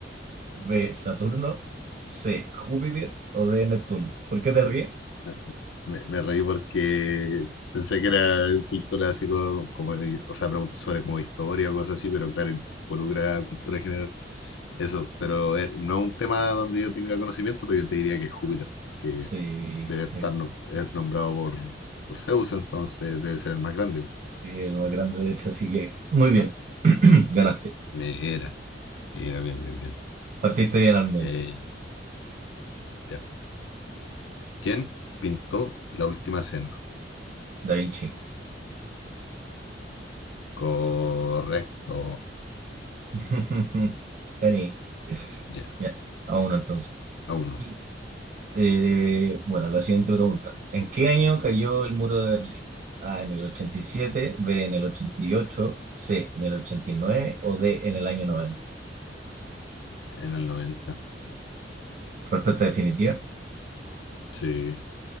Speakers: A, on the right (about 45°); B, on the left (about 80°).
A: B. Saturno. C. Júpiter. O D. Neptuno. ¿Por qué te ríes?
B: Ah, Me, me reí porque pensé que era cultura así como, como de- o sea, preguntas sobre como historia o cosas así, pero claro, involucra cultura general. Eso, pero eh, no un tema donde yo tenga conocimiento, pero yo te diría que es Júpiter, porque
A: Sí.
B: debe estar
A: es
B: nom- es nombrado por, por Zeus, entonces debe ser el más grande.
A: Sí, el más grande, de hecho, así que muy bien. <clears throat> Ganaste.
B: Me era, era bien, bien, bien.
A: Partiste bien al menos.
B: Eh, ya. ¿Quién pintó La Última Cena?
A: Da Vinci.
B: Correcto.
A: <laughs> Gané.
B: Ya,
A: Ya, a uno entonces.
B: a uno.
A: Y eh, bueno, la siguiente pregunta. ¿En qué año cayó el muro de Berlín? A, en el 87. B, en el 88. C, en el 89. o D, en el año noventa.
B: En el noventa,
A: Respuesta definitiva.
B: Sí.